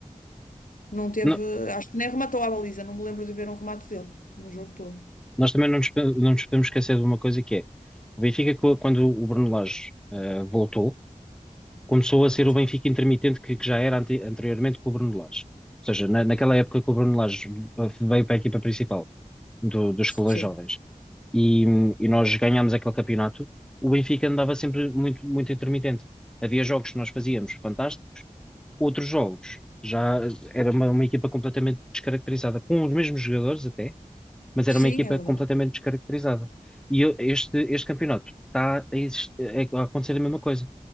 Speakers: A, on the left; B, in the centre.
A: não teve.
B: não-
A: Acho que nem rematou a baliza, não me lembro de ver um remate dele no jogo todo.
B: nós também não nos, pe- não nos podemos esquecer de uma coisa que é o Benfica, co- quando o Bruno Lage eh, voltou, começou a ser o
A: Sim,
B: Benfica intermitente que, que já era ante- anteriormente com o Bruno Lage. Ou seja, na- naquela
A: sim.
B: época que o Bruno Lage eh, veio para a equipa principal do- dos
A: Sim,
B: escalões jovens e, hum, e nós ganhámos aquele campeonato, o Benfica andava sempre muito, muito intermitente. Havia jogos que nós fazíamos fantásticos, outros jogos. Já era uma, uma equipa completamente descaracterizada, com os mesmos jogadores até, mas era
A: sim,
B: uma equipa
A: é verdade.
B: completamente descaracterizada. E eu- este, este campeonato está a, exist- a acontecer a mesma coisa.